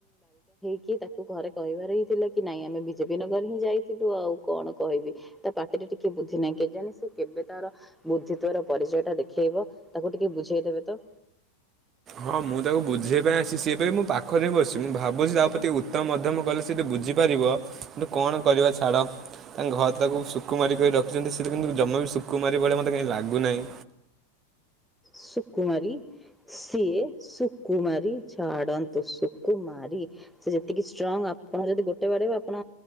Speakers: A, in the centre; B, on the right (about 30°).
A: କି ତାକୁ ଘରେ କହିବାର ହିଁ ଥିଲା କି ନାଇଁ ଆମେ ବିଜେପି ନଗର ହିଁ ଯାଇଥିଲୁ। ଆଉ କଣ କହିବି? ତା ପାଟିରେ ଟିକେ ବୁଦ୍ଧି ନାହିଁ। କେଜାଣି ସେ କେବେ ତାର ବୁଦ୍ଧିିତ୍ଵ ର ପରିଚୟଟା ଦେଖେଇବ। ତାକୁ ଟିକେ ବୁଝେଇଦେବେ। ତ,
B: ହଁ, ମୁଁ ତାକୁ ବୁଝିବା ପାଇଁ ଆସିଛି। ସେ ପାଇଁ ମୋ ପାଖରେ ବସିଛି। ମୁଁ ଭାବୁଛି ତା ପ୍ରତି ଉତ୍ତମ ମଧ୍ୟମ କଲେ ସେଟି ବୁଝି ପାରିବ, କଣ କରିବା ଛାଡ! ତାଙ୍କ ଘର ତାକୁ ସୁକୁମାରି କରି ରଖିଛନ୍ତି। ସେତ କିନ୍ତୁ ଜମା ବି ଶୁକୁମାରି ଭଳି ମତେ କାହିଁ ଲାଗୁନାହିଁ।
A: ସୁକୁମାରୀ! ସିଏ ସୁକୁମାରି ଛାଡନ୍ତୁ ସୁକୁମାରି, ସେ ଯେତିକି ଷ୍ଟ୍ରଙ୍ଗ। ଆପଣ ଯଦି ଗୋଟେ ବାଡିବ, ଆପଣ